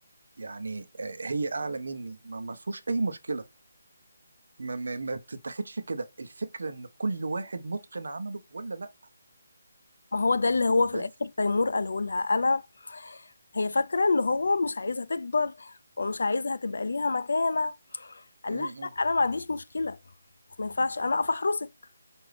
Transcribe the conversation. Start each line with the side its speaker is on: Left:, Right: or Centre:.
Right: يعني آه، هي اعلى مني ما ما فيهوش اي مشكله ما, ما, ما بتتاخدش كده الفكره ان كل واحد متقن عمله ولا لا
Left: ما هو ده اللي هو في
Right: بس
Left: الاخر تيمور قاله لها انا هي فاكره ان هو مش عايزها تكبر ومش عايزها تبقى ليها مكانه قال
Right: م
Left: لها
Right: -م.
Left: لا انا ما عنديش مشكله بس ما ينفعش انا اقف احرسك